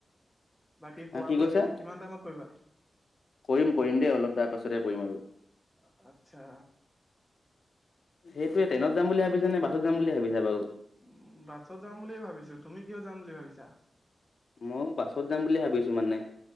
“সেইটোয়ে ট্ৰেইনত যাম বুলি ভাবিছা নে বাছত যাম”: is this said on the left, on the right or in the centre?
Left